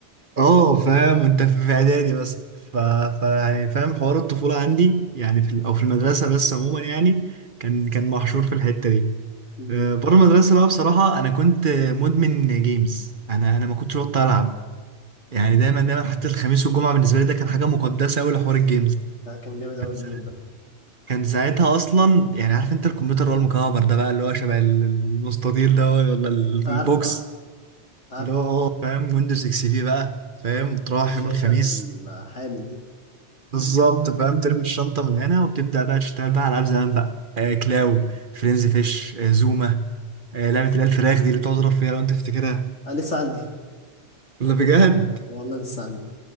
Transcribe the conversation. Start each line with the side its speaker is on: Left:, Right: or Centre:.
Right: اه فاهم انت في اعدادي مثلا ف... ف يعني فاهم حوار الطفوله عندي يعني في ال... او في المدرسه بس عموما يعني كان كان محشور في الحته دي
Left: مم.
Right: آه، بره المدرسه بقى بصراحه انا كنت مدمن جيمز انا انا ما كنتش بطل العب يعني دايما دايما حتى الخميس والجمعه بالنسبه لي ده كان حاجه مقدسه قوي لحوار الجيمز
Left: آه، كان جامد اوي
Right: كان سا-
Left: اليوم ده
Right: كان ساعتها اصلا يعني عارف انت الكمبيوتر اللي هو المكعب ده بقى اللي هو شبه ال- المستطيل ده ولا ال-
Left: عارف
Right: البوكس
Left: عارف عارف
Right: اللي هو اه فاهم ويندوز اكس بي بقى فاهم تروح
Left: والشاشة
Right: يوم الخميس
Left: الحامل دي
Right: بالظبط فاهم ترمي الشنطة من هنا وتبدأ بقى تشتغل بقى على ألعاب زمان بقى آه كلاو فرينزي فيش آه زوما آه لعبة اللي هي الفراخ دي اللي بتقعد تضرب فيها لو أنت تفتكرها
Left: آه، لسه عندي
Right: ولا بجد
Left: والله لسه عندي